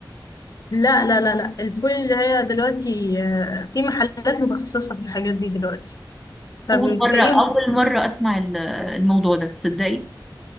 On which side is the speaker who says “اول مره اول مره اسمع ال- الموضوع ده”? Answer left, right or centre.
Centre